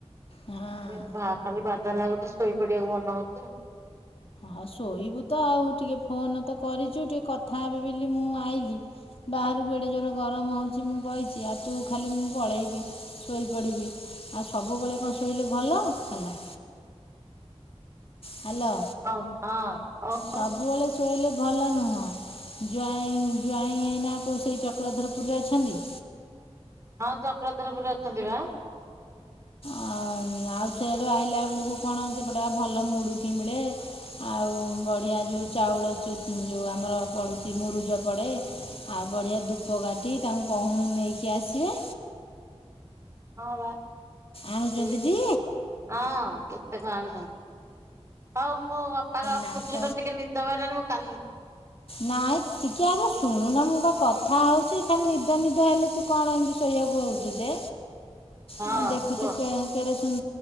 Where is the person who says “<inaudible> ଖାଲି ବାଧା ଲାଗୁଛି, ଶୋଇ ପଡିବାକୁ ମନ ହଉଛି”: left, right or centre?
Right